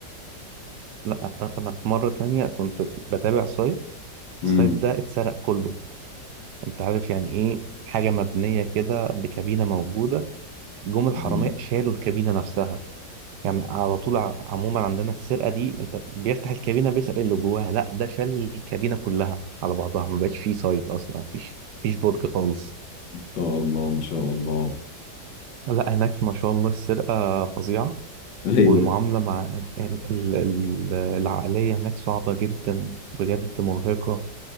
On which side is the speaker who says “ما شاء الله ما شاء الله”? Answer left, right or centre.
Left